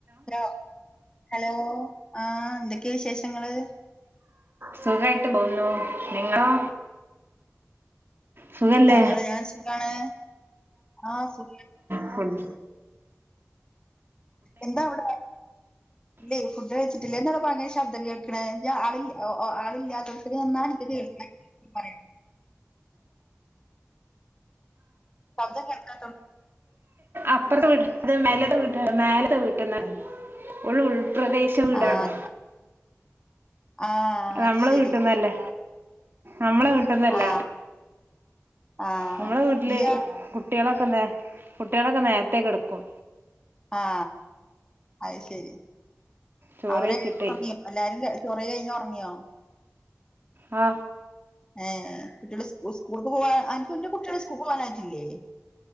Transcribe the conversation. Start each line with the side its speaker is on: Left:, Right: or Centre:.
Left: Hello hello ആ എന്തൊക്കെയ വിശേഷങ്ങള്
Right: സുഖായിട്ട് പോകുന്നു നിങ്ങളോ സുഖല്ലേ
Left: ഞങ്ങള് ഞാൻ സുഖാണ് ആ സുഖ
Right: ആഹ്
Left: എന്താ അവിടെ
Right: ഉ
Left: ഇല്ലേ ഫുഡ് കഴിച്ചിട്ടില്ല എന്താ ഭയങ്കര ശബ്ദം കേൾക്കണ ആ ആളില്ലാത്ത ആളില്ലാത്ത ടുത്ത് നിന്ന എനിക്ക് കേൾക്കണേ പറയി ശബ്ദം കേൾക്കാൻ
Right: അപ്പുറത്തെ വീടിന്റെ മേലത്തെ വീട്ടീന്ന് ഒരുൾപ്രദേശ ച്ച വീടാണോ
Left: ആഹ് ആഹ്
Right: നമ്മളെ
Left: അത് ശരി
Right: വീട്ടുന്നല്ലേ നമ്മളെ വീട്ടുന്നല്ല
Left: ആഹ് ആഹ്
Right: നമ്മളെ വീട്ടില്
Left: ഇയ്യ് അവിടെ
Right: കുട്ട്യളൊക്കെ നേ കുട്ട്യളൊക്കെ നേരത്തേ കിടക്കും
Left: ആ അത് ശരി
Right: ചോറ്
Left: അവരെ
Right: കഴിച്ചിട്ടേ
Left: എല്ലാരും ചോറയി കഴിഞ്ഞൊറങ്ങിയോ
Right: ആ
Left: ഏ കുട്ടികള സ് സ്കൂൾ പോവാൻ അന്റെ കുട്ടികൾ സ്കൂൾ പോകാനായിട്ടില്ലേ